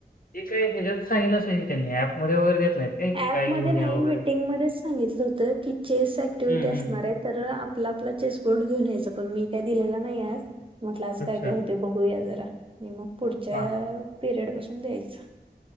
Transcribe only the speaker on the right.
ऍपमध्ये
नाही
मीटिंगमध्येच सांगितलं होत की चेस ऍक्टिव्हटी
असणार
आहे तर आपला आपला चेस बोर्ड घेऊन यायचं पण मी काय दिलेलं नाही आज म्हटलं आज
काय काय होते बघूया जरा आणि मग पुढच्या
पिरियड पासून द्यायच